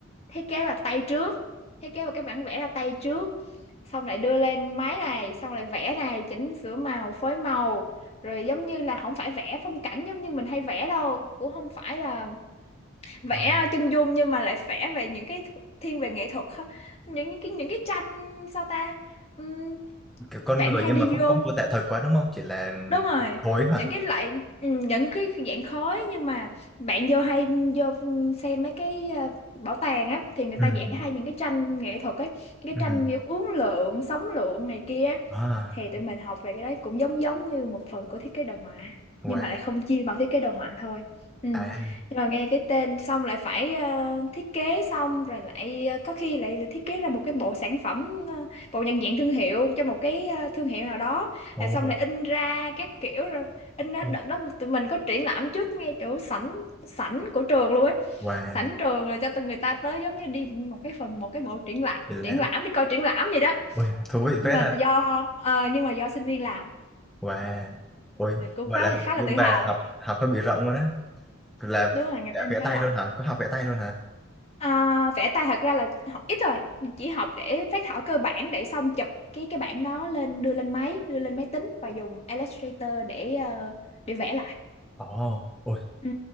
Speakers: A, on the left; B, in the centre.
A: thiết kế là tay trước thiết kế vào cái bản vẽ là tay trước xong lại đưa lên máy này xong lại vẽ này chỉnh sửa màu phối màu rồi giống như là không phải vẽ phong cảnh giống như mình hay vẽ đâu cũng không phải là vẽ
B: ờ,
A: chân dung nhưng mà lại vẽ về những cái thiên về nghệ thuật ha. những cái những cái tranh sao ta Ừm,
B: kiểu con
A: bạn
B: người
A: hay
B: nhưng
A: đi
B: mà không
A: vô
B: có mô tả thật quá đúng không chỉ là
A: đúng rồi
B: thối hả
A: những cái loại ừ, những cái dạng khói nhưng mà bạn vô hay vô xem mấy cái ờ, bảo tàng á thì người ta
B: <laughs>
A: vẽ
B: ừ.
A: hay những cái tranh nghệ thuật ấy cái
B: ừ.
A: tranh kiểu uốn lượn sóng lượn này kia á.
B: à,
A: thì tụi mình học về cái đấy cũng giống giống như một phần của thiết kế đồ họa
B: wow
A: nhưng mà lại không chia bằng thiết kế đồ họa thôi ừ.
B: à
A: nhưng mà nghe cái tên xong lại phải ờ, thiết kế xong rồi lại ờ, có khi lại là thiết kế ra một cái bộ sản phẩm ờ, bộ nhận diện thương hiệu cho một cái ờ, thương hiệu nào đó
B: ồ
A: rồi xong lại in ra các kiểu rồi in ra
B: ui,
A: đợt đó tụi mình có triển lãm trước ngay chỗ sảnh sảnh của trường luôn ấy
B: wow
A: sảnh trường rồi cho từng người ta tới giống như đi một cái phần một cái bộ triển lãm
B: chỉ là
A: triển lãm đi coi triển lãm vậy đó
B: ôi, thú vị
A: nhưng
B: phết
A: mà
B: à
A: do ờ, nhưng mà do sinh viên làm
B: Wow, ôi,
A: thì cũng
B: vậy
A: khá
B: là
A: là khá là
B: bên
A: tự
B: bà
A: hào ấy
B: học học hơi bị rộng rồi đó, là
A: đúng rồi ngành
B: cả
A: in
B: vẽ
A: khá
B: tay
A: rộng
B: luôn hả? Có học vẽ tay luôn hả?
A: à, vẽ tay thật ra là học ít rồi chỉ học để phác thảo cơ bản để xong chụp cái cái bản đó lên đưa lên máy đưa lên máy tính và dùng Illustrator để ờ, để vẽ lại
B: Ồ, ôi,
A: ừ